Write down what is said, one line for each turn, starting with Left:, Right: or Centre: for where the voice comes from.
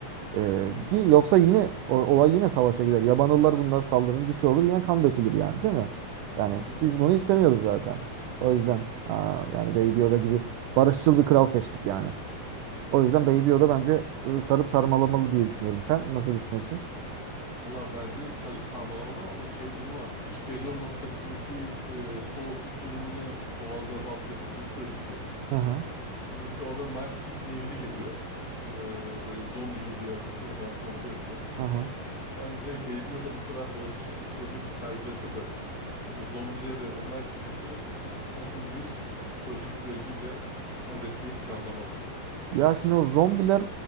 Right: E,
Left: hmm,
Right: ki yoksa yine o- olay yine savaşa gider. Yabanıllar bunlara saldırır. Bir şey olur. Yine kan dökülür yani değil mi? Yani
Left: hı
Right: biz bunu istemiyoruz zaten. O yüzden e, yani Baby Yoda gibi barışçıl bir kral seçtik yani. O yüzden Baby
Left: hı.
Right: Yoda bence e, sarıp sarmalamalı diye düşünüyorum. Sen nasıl düşünüyorsun?
Left: Valla bence de sarıp sarmalamalı ama şey durumu var. Kış geliyor noktasındaki e, soğukluk durumunu doğalgaz altyapısıyla çözdük ya.
Right: Hı hı.
Left: Şimdi bir de orada Night King diye biri geliyor. E, böyle zombi gibi yaratıkları falan kontrol ediyor.
Right: Hı hı.
Left: Sence Baby Yoda bu kadar barışçıl bir çözüm sergilese de o zombileri, o Night King'i nasıl bir çözüm süreciyle halletmeyi planlamalı?
Right: Ya şimdi o zombiler